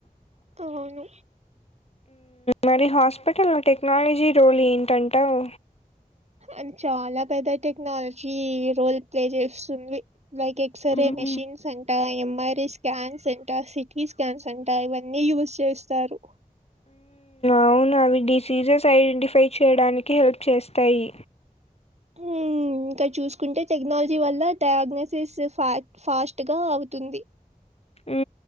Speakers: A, on the right; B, on the left.
A: అవును.
B: మరి హాస్పిటల్ టెక్నాలజీ రోల్ ఏంటంటావు
A: అద్ చాలా పెద్ద టెక్నాలజీ రోల్ప్లే చేస్తుంది లైకెక్ క్సరే
B: హ్మ్.
A: మెషిన్ సంక్ ఎంఆర్ఐ స్కాన్స్ ఎంట సిటీ స్కాన్స్ ఎంట ఇవన్నీ యూజ్ చేస్తారు
B: అవును అవి డిసీజెస్ ఐడెంటిఫై చేయడానికి హెల్ప్ చేస్తాయి
A: హూ ఇంకా చూసుకుంటే టెక్నాలజీ వల్ల డయాగ్నోసిస్ ఫ ఫాస్ట్ గా అవుతుంది
B: ఊ